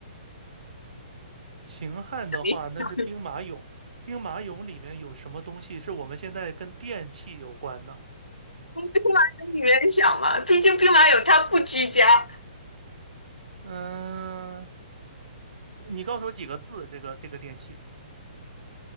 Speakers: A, on the right (about 60°); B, on the left (about 85°).
A: 秦汉的话那是兵马俑，
B: <laughs>
A: 兵马俑里面有什么东西是我们现在跟电器有关的？
B: 从兵马俑里面想嘛，毕竟兵马俑它不居家，
A: 嗯，你告诉我几个字？这个这个电器